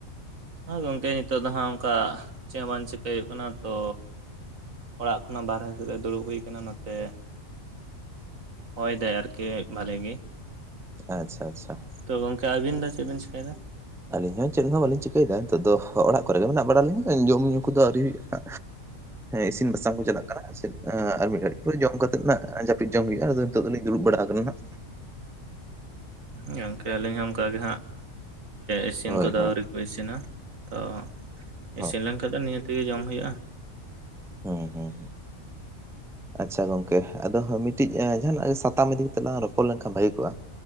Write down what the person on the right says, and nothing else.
ᱦᱟᱸ ᱜᱚᱝᱠᱮ ᱱᱤᱛᱚᱜ ᱫᱚ ᱦᱟᱸᱜ ᱚᱝᱠᱟ ᱪᱮ ᱵᱟᱝ ᱪᱤᱠᱟᱹᱭ ᱦᱩᱭᱩᱜ ᱠᱟᱱᱟ ᱛᱚ ᱚᱲᱟᱜ ᱠᱷᱚᱱᱟᱜ ᱵᱟᱨᱦᱮ ᱥᱮᱫ ᱫᱩᱲᱩᱵ ᱦᱩᱭ ᱟᱠᱟᱱᱟ ᱱᱚᱛᱮ‌ ᱦᱚᱭᱫᱟᱭ ᱟᱨᱠᱤ ᱵᱷᱟᱞᱮ ᱜᱮ‌ ᱾
ᱛᱚ ᱜᱚᱝᱠᱮ ᱟᱵᱤᱱ ᱫᱚ ᱪᱮᱫ ᱵᱤᱱ ᱪᱮᱠᱟᱭ ᱫᱟ?
ᱜᱚᱝᱠᱮ ᱟᱹᱞᱤᱧ ᱦᱚᱸ ᱚᱝᱠᱟᱜᱮ ᱦᱟᱸᱜ ᱤᱥᱤᱱ
ᱠᱚᱫᱚ
ᱟᱹᱣᱨᱤ ᱤᱥᱤᱱᱟ ᱛᱚ
ᱤᱥᱤᱱ ᱞᱮᱱ ᱠᱷᱟᱡ ᱫᱚ ᱱᱤᱭᱟᱹᱛ ᱜᱮ ᱡᱚᱢ ᱦᱩᱭᱩᱜᱼᱟ